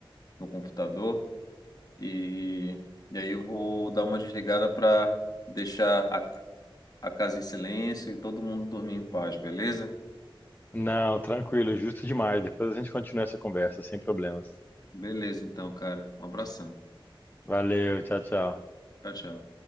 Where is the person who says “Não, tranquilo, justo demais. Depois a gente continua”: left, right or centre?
Left